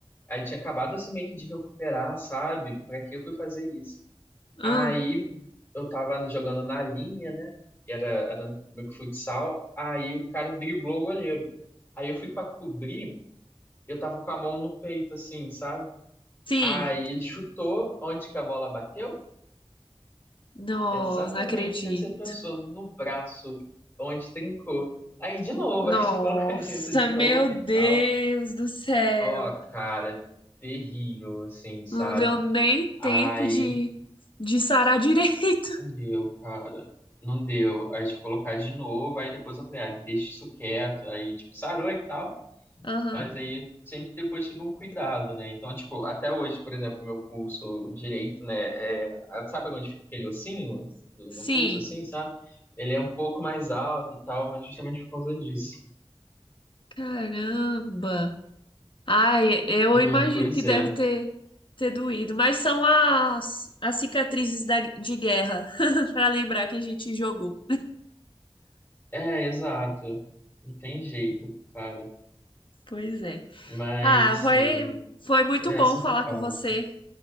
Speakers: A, on the left; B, on the left.
A: Aí tinha acabado assim meio que de recuperar, sabe? Pra que eu fui fazer isso?
B: Ah,
A: Aí eu tava jogando na linha, né? E era, era meio que futsal. Aí o cara driblou o goleiro. Aí eu fui pra cobrir, e eu tava com a mão no peito, assim, sabe?
B: sim.
A: Aí ele chutou onde que a bola bateu?
B: Nossa,
A: Exatamente,
B: não acredito.
A: onde você pensou no braço, onde trincou. Aí de novo,
B: Nossa,
A: <laughs> aí de colocar gesso de
B: meu
A: novo e
B: Deus
A: tal.
B: do céu.
A: Ó, cara, terrível, assim, sabe?
B: Não deu nem
A: Aí
B: tempo de, de sarar <laughs> direito.
A: não deu, cara. Não deu. Aí tive que colocar de novo, aí depois eu falei, ah, deixa isso quieto. Aí, tipo, sarou e tal.
B: Aham.
A: Mas aí sempre depois tive um cuidado, né? Então, tipo, até hoje, por exemplo, meu pulso direito, né? É, a- sabe onde fica aquele ossinho do,
B: Sim.
A: no pulso, assim, sabe? Ele é um pouco mais alto e tal, mas justamente por causa disso.
B: Caramba. Ai, eu
A: É,
B: imagino
A: pois
B: que deve
A: é.
B: ter, ter doído. Mas são as, as cicatrizes da, de guerra, <laughs> para lembrar que a gente jogou.
A: É, exato. Não tem jeito, cara.
B: Pois é.
A: Mas,
B: Ah,
A: assim,
B: foi, foi muito
A: é,
B: bom
A: sinto
B: falar
A: falta.
B: com você.